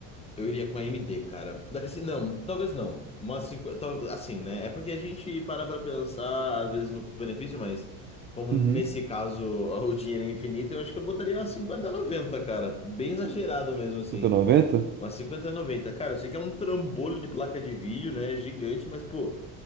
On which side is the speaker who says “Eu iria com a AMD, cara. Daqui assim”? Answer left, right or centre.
Left